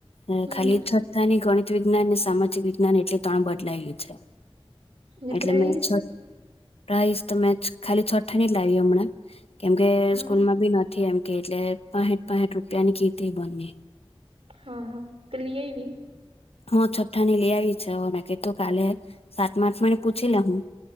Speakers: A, on the left (about 80°); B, on the right (about 75°).
A: અ
B: હમ
A: ખાલી છઠાની ગણિત, વિજ્ઞાનને, સામાજિક વિજ્ઞાન એટલી ત્રણ બદલાઈલી છે.
B: ને
A: એટલે
B: પ્રાઇસ
A: મે છઠ રાઈશ તો મે ખાલી છઠ્ઠાની જ લાઈવી હમણાં. કેમ કે
B: હા
A: સ્કૂલમાં બી નથી એમ કે એટલે પાહઠ-પાહઠ રૂપિયાની કીધી મને.
B: હા, હા તો લી આઈવી?
A: હન, છઠ્ઠાની લી આઈવી છે, હવ મે કીધું કાલે સાતમાં-આઠમાંની પૂછી લે હું.